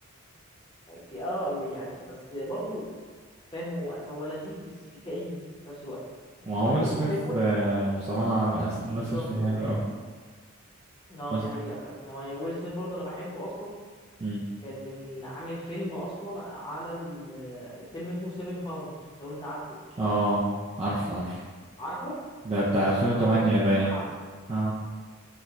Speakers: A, on the left; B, on the right.
A: في اه آه، ويعني بس برضو فاهم هو هو لذيذ بس في كئيب في نفس الوقت يعني
B: ما
A: هو
B: هو
A: نهايته
B: ويل سميث
A: حلوه
B: آه، بصراحة مقاس-
A: آه،
B: مثل
A: بالظبط
B: في
A: اه
B: حلو اوي
A: اه
B: بس
A: دي حقيقه فعلا يعني هو ويل سميث برضو انا بحبه اصلا
B: مم.
A: كان من عامل فيلم اصلا على ال- فيلم اسمه 7 باوندز لو انت عارفه
B: اه عارفه عارفه
A: عارفه
B: ده بتاع
A: عارفه
B: 2008
A: اللي هو بيتكلم
B: باين
A: على
B: اه